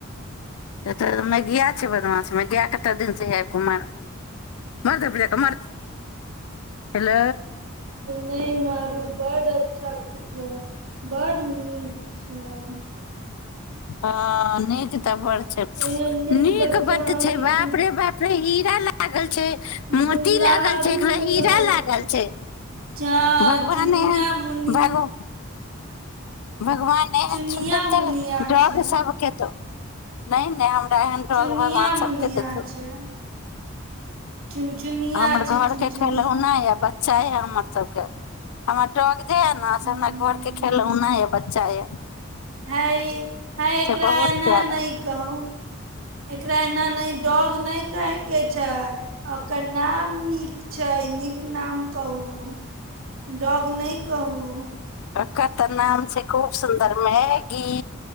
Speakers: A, on the left; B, on the right.
A: तऽ मै गिया छै बदमाश मै गा कतेक दिनसँ आबि कऽ मर्द प मर हेलो
B: न मारु बड अच्छा कछ ह बड़ड नीक ह
A: हँ नीक तबर छै
B: एहन
A: नीक
B: बच्चा
A: बध
B: अहाँके
A: छै बापरे
B: के
A: बापरे ई लागल मोती
B: दुलारू
A: लागल छै एक
B: मुलारू
A: हीरा लागल छै
B: जा
A: भगवान
B: चुनिया
A: एहन
B: मुनिया
A: भगव भगवान एहन
B: चुनिया
A: सुन्दर तऽ
B: मुनिया
A: डॉग
B: छै
A: सबके तो नहि नहि एहन तरहक
B: चुनिया
A: भगवान सबके
B: मुनिया
A: देत
B: छै चुनचुनिया
A: हमर घर
B: छै चुनचुनिया
A: के खेलौना य चाही हमर सबके हमर ड जे ने
B: हँ
A: से हमरा घर के खेलहुना बच्चाे
B: है है एकरा
A: बहुत
B: एना
A: प्यारा
B: नहि कहू एकरा एना नहि डॉग नहि कहयके छै ओकर नाम नीक छै नीक नाम कहू डॉग नहि कहू
A: ककतनााम छै खूब सुन्दर मैगी